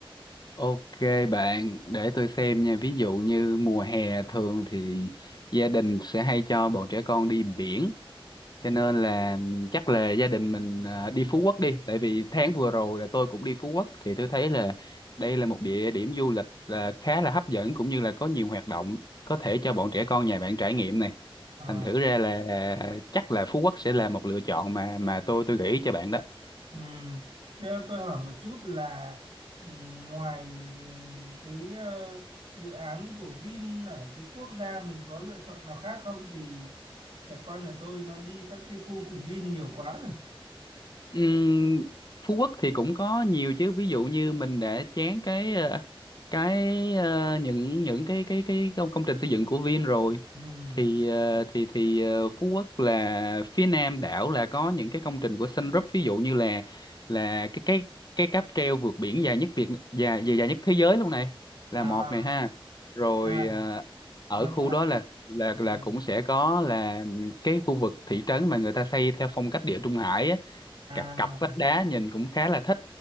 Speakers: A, on the left; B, on the right.
A: Ok bạn, để tôi xem nha. Ví dụ như mùa hè thường thì gia đình sẽ hay cho bọn trẻ con đi biển.
B: Ừ.
A: Cho nên là chắc là gia đình mình à, đi Phú Quốc đi. Tại vì tháng vừa rồi là tôi cũng đi Phú Quốc thì tôi thấy là đây là một địa điểm du lịch là khá là hấp dẫn cũng như là có nhiều hoạt động có thể cho bọn trẻ con nhà bạn trải nghiệm này.
B: Ờ.
A: Thành thử ra là chắc là Phú Quốc sẽ là một lựa chọn mà mà tôi tôi gợi ý cho bạn đó.
B: Ừm, Thế tôi hỏi một chút là ừm, ngoài ừm, cái ờ, dự án của Vin ở cái quốc gia mình có lựa chọn nào khác không? Vì trẻ con nhà tôi nó đi các cái khu của Vin nhiều quá rồi.
A: Ừm, Phú Quốc thì cũng có nhiều chứ ví dụ như mình để chán cái ờ, cái ờ, những những cái cái cái công công trình xây dựng của Vin rồi
B: Ừm,
A: thì ờ, thì thì ờ, Phú Quốc là phía nam đảo là có những cái công trình của Sun Group ví dụ như là là cái cái cái cáp treo vượt biển dài nhất Việt dài dài, dài nhất thế giới luôn này
B: À,
A: là một này ha rồi
B: à,
A: ờ, ở
B: à,
A: khu đó là là
B: ừm,
A: là cũng sẽ có là cái khu vực thị trấn mà người ta xây theo phong cách địa Trung Hải á
B: à,
A: cặp cặp vách đá nhìn cũng khá là thích